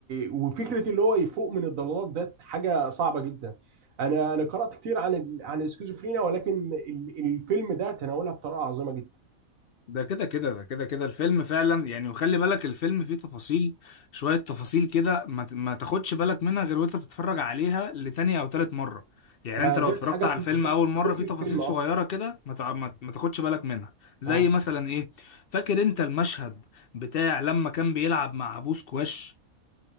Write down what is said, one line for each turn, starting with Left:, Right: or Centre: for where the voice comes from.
Right: وفكره اللي هو يفوق من الضلالات ده حاجه صعبه جدا انا انا قرات كتير عن ال... عن السكيزوفرينيا ولكن ال... الفيلم ده تناولها بطريقه عظيمه جدا
Left: ده كده كده ده كده كده الفيلم فعلا يعني وخلي بالك الفيلم فيه تفاصيل شوية تفاصيل كده ما ت- ما تاخدش بالك منها غير وانت بتتفرج عليها لتانية او تالت مرة يعني
Right: ما
Left: انت
Right: ديت
Left: لو اتفرجت
Right: حاجه
Left: على
Right: تضيف
Left: الفيلم اول مرة
Right: تضيف
Left: فيه
Right: للفيلم
Left: تفاصيل
Right: اصلا
Left: صغيرة كده ما تع- ما ت- ما تاخدش بالك منها زي
Right: اه
Left: مثلا ايه فاكر انت المشهد بتاع لما كان بيلعب مع ابوه سكواش